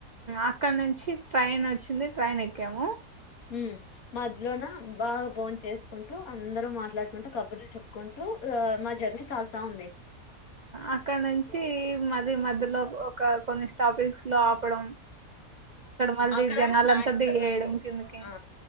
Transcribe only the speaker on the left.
ఉ మధ్యలోన బాగ బోన్ చేసుకుంటూ అందరూ మాట్లాడుకుంటూ కబుర్లు చెప్పుకుంటూ మా జర్నీ సాగుతా ఉంది
అక్కడ
స్నాక్స్
ఆ